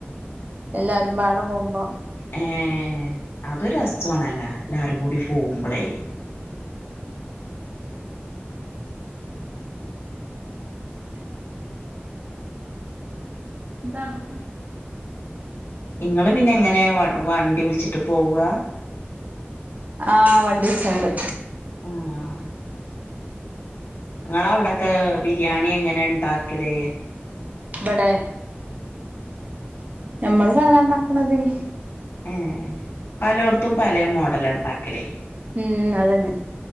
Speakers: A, on the right; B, on the left.
A: എല്ലാരും പാട പോകുമ്പോ
B: ഏഹ് അതൊരു രസ്വാണല്ലോ എല്ലാരും കൂടി പോകുമ്പളേ
A: ഇതാണോ.
B: ഇങ്ങള് പിന്നെ എങ്ങനെയാ വ വണ്ടി വിളിച്ചിട്ട് പോവാ?
A: ആഹ് വണ്ടിവിച്ചാണ്ട്.
B: ആഹ്. ഇങ്ങള് അവിടൊക്കെ ബിരിയാണി എങ്ങനെ ഇണ്ടാക്കല്?
A: ഇവിടെ നമ്മള് സാധാ ഇണ്ടാക്കണമാതിരി.
B: ഏ പലയൊടത്തും പലയേ മോഡല ഉണ്ടാക്കലേ.
A: ഉം അതന്നെ.